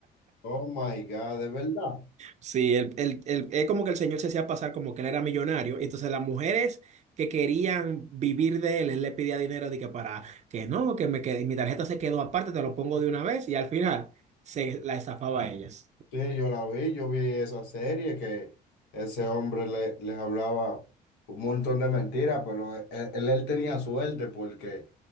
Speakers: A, on the left (about 85°); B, on the right (about 45°).
A: Oh my God, de verdad.
B: Sí, el, el- el- es como que el señor se hacía pasar como que él era millonario. Entonces las mujeres que querían vivir de él, él le pedía dinero de que para que no, que me quede- mi tarjeta se quedó aparte, te lo pongo de una vez y al final se la estafaba a ellas.
A: Sí, yo la vi, yo vi esa serie que ese hombre le- les hablaba un montón de mentiras, pero él, él- él tenía suerte porque